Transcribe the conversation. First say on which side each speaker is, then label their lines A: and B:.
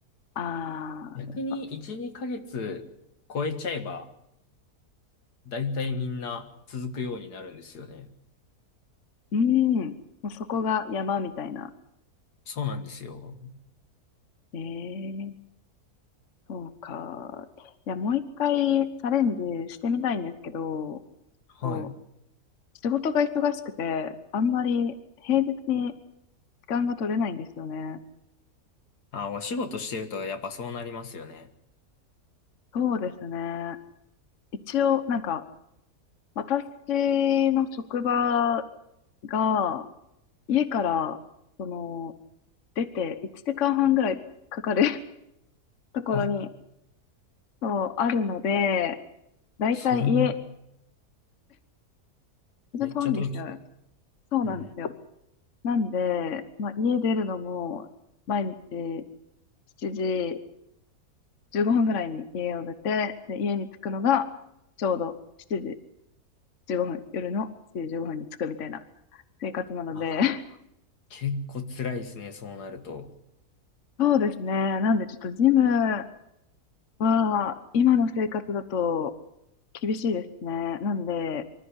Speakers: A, on the left; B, on the left.
A: ああ、
B: 逆に1、2ヶ月超えちゃえば、だいたいみんな続くようになるんですよね。
A: うん。もうそこが山みたいな。
B: そうなんですよ。
A: ええ、そうか。いや、もう一回チャレンジしてみたいんですけど、
B: はい。
A: と仕事が忙しくて、あんまり平日に時間が取れないんですよね。
B: あ、お仕事してるとやっぱそうなりますよね。
A: そうですね。一応、なんか、私の職場が、家から、その、出て1時間半ぐらいかかる <laughs> ところに、
B: あ、
A: そう、あるので、だいたい家、
B: それ、
A: ちょっと遠いんですよ。
B: めっちゃ遠い。
A: そうなんですよ。
B: うん。
A: なんで、まあ、家出るのも、毎日7時15分ぐらいに家を出て、で、家に着くのが、ちょうど7時15分、夜の7時15分に着くみたいな生活なので、
B: あ、
A: <laughs>
B: 結構辛いですね、そうなると。
A: そうですね。なんでちょっとジムは、今の生活だと厳しいですね。なんで、